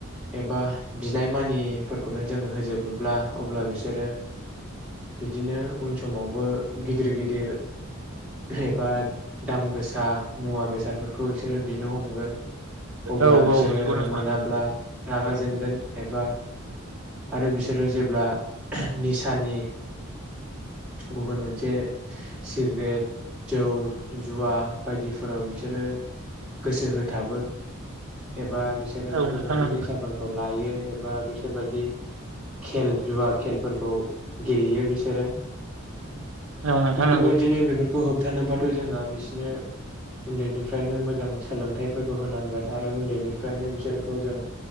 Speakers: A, in the centre; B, on the right.
A: एबा बिनायमानि नि फोरखौनो जों होजोबोब्ला अब्ला बिसोरो बिदिनो उन समावबो गिदिर गिदिर एबा दाम गोसा मुवा बेसादफोरखौ बिसोरो बिनो हमगोन अब्ला
B: औ
A: बिसोरो
B: औ नंगौ नोंथां
A: मोनाब्ला रागा जोंगोन। एबा आरो बिसोरो जेब्ला निसानि गुबुन मोनसे सिग्रेट जौ जुवा बायदिफोराव बिसोरो गोसो होथाबो एबा बिसोरो
B: औ
A: बेफोरबायदिनि
B: नोंथां नंगौ
A: निसा फोरखौ लायो एब बा बिसोरबायदि खेल जुवा खेलफोरखौ गेलेयो बिसोरो
B: औ नोंथां
A: थिक बेबायदिनो
B: नंगौ
A: बेफोर <unintelligible> होबथानोबाथ जोंहा बिसिोरनो उन्दैनिफ्रायनो मोजां सोलोंथाइफोरखौ होनांगोन आरो उन्दैनिफ्रायनो बिसोरखौ जों